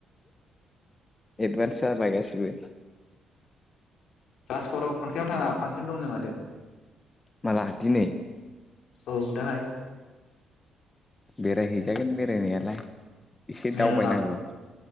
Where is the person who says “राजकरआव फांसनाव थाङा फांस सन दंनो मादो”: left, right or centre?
Left